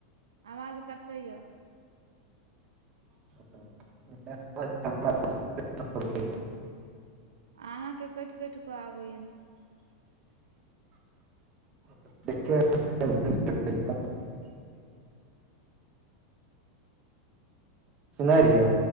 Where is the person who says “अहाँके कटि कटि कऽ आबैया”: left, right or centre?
Right